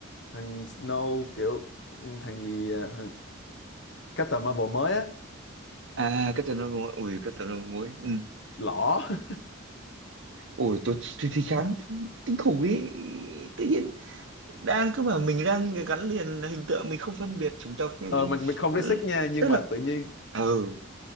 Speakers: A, on the left (about 55°); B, on the right (about 60°).
A: thằng Snow kiểu thằng gì à, thằng Captain Marvel mới á
B: à, Captain Marvel, ui, Captain Marvel, ừ.
A: lỏ <laughs>
B: Ôi tôi tôi thấy chán kinh khủng ý tự nhiên đang cứ bảo mình đang gắn liền hình tượng mình không phân biệt chủng tộc nha
A: ờ
B: nhưng
A: mình mình không
B: ừ,
A: racist nha nhưng
B: tức
A: mà
B: là
A: tự nhiên
B: ừ